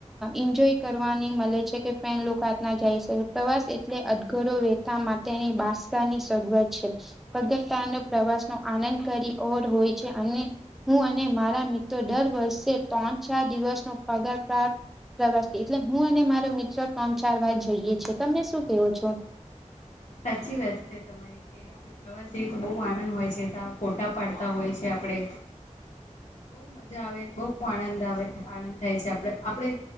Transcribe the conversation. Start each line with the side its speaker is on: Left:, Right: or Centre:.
Centre: એન્જોય કરવાની મળે છે કે પ લોકોત ના જાય શકે પ્રવાસ એટલે અધગરો વેતા માટે તેની બાષની સગવત છે કગતા પ્રવાસ નો આનંદ કરી ઓર હોય છે અને હું અને મારા મિત્રો દર વર્ષે ત્રણ ચાર દિવસનો પગાર પ્રાપ્ પ્રવાસથી એટલે હું અને મારો મિત્ર ત્રણ ચાર વાર જઈએ છું તમને શું કેવો છો
Left: સાચી વાત છે તમારી કે આપડે પ્રવાસ જઈએ તો બહુ આનંદ હોય છે ત ફોટા પાડતા હોય છે આપડે બઉુ મજા આવે બ બ આનંદ આવે આનંદ થાય છે આપડ આપણે